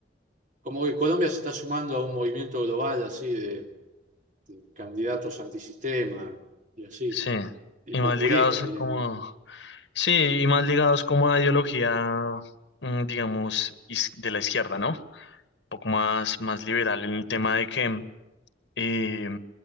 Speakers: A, on the right; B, on the left.
A: como que Colombia se está sumando a un movimiento global así de, de candidatos antisistema y así,
B: sí.
A: y
B: Y
A: populistas
B: más ligados
A: dirían
B: a como...
A: algunos.
B: Sí, y más ligados como a ideología, mm, digamos, is- de la izquierda, ¿no? Un poco más, más liberal en el tema de que Eh,